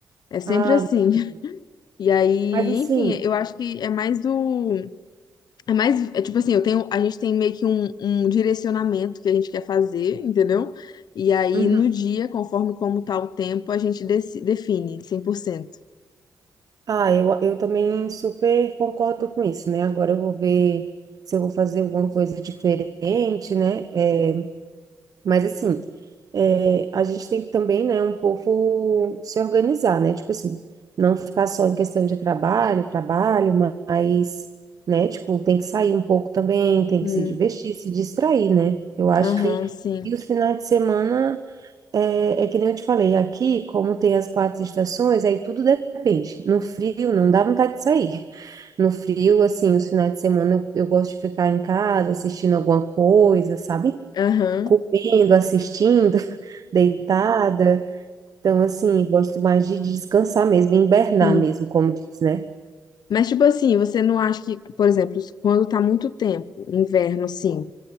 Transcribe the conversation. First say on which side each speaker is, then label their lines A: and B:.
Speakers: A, on the left; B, on the right.
A: É sempre
B: Ah,
A: assim.
B: meu
A: <laughs>
B: Deus.
A: E aí,
B: Mas assim,
A: enfim, eu acho que é mais do. É mais. É tipo assim, eu tenho, a gente tem meio que um, um direcionamento que a gente quer fazer, entendeu? E aí,
B: Uhum.
A: no dia, conforme como tá o tempo, a gente deci- define 100%.
B: ah, eu, eu também super concordo com isso, né? Agora eu vou ver se eu vou fazer alguma coisa diferente, né? É, Mas assim, é, a gente tem que também, né, um pouco se organizar, né? Tipo assim, não ficar só em questão de trabalho, trabalho, mas, né, tipo, tem que sair um pouco também, tem
A: Hum,
B: que se divertir, se distrair, né? Eu acho
A: aham,
B: que
A: sim.
B: e os finais de semana é, é que nem eu te falei, aqui, como tem as quatro estações, aí tudo depende. No frio, não dá vontade de sair. <laughs> No frio, assim, os finais de semana eu, eu gosto de ficar em casa assistindo alguma coisa, sabe?
A: Aham,
B: comendo, assistindo, <laughs> deitada. Então, assim, gosto mais de descansar mesmo, hibernar
A: sim.
B: mesmo, como diz, né?
A: Mas, tipo assim, você não acha que, por exemplo, quando tá muito tempo, inverno, assim,